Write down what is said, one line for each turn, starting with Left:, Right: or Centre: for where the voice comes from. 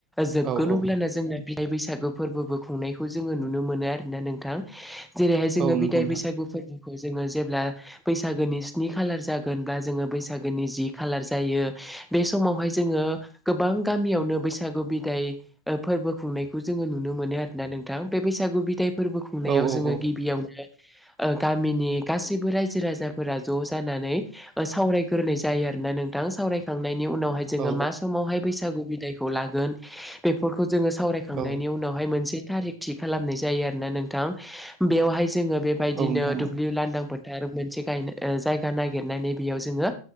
Centre: जोबगोन
Right: औ औ
Centre: अब्लानो जोंना बिदाइ बैसागो फोरबो खुंनाय खौबो जोङो नुनो मोनो आरोना नोंथां जेरैहाय जोङो
Right: औ नंगौ
Centre: बिदाय
Right: नोंथां
Centre: बैसागु फोरबो खौ जोङो जेब्ला बैसागोनि स्नि खालार जागोन बा जोङो बैसागोनि जि खालार जायो बे समावहाय जोङो गोबां गामियावनो बैसागु बिदाय फोरबो खुंनायखौ जोङो नुनो मोनो आरोना नों थां बे बैसागु बिदाय फोरबो खुंनायाव
Right: औ औ
Centre: जोङो गिबियावनो ओ गामिनि गासैबो रायजो राजाफोरा ज' जानानै सावरायग्रोनाय जायो ना नोंथां सावरायखांनायनि उनावहाय जोङो
Right: औ
Centre: माावहाय बैसागु बिदायखौ लागोन बेफोर खौ जोङो सावरायखांनायनि
Right: औ
Centre: उनावहाय मोनसे थारिख थि खालामनाय जायो आरो ना नोंथां बेवहाय जोङो बेबायदिनो
Right: औ नोंथां
Centre: दुब्लि लांदां फो- थार मोनसे गाय जायगा नागिरनानै बेयाव जोङो